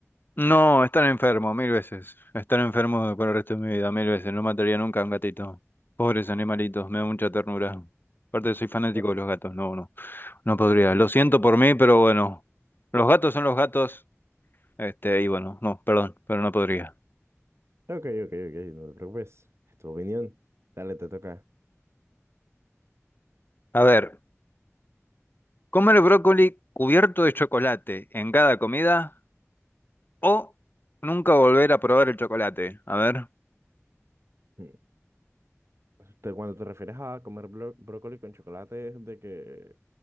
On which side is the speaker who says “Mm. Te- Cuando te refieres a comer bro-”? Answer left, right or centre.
Right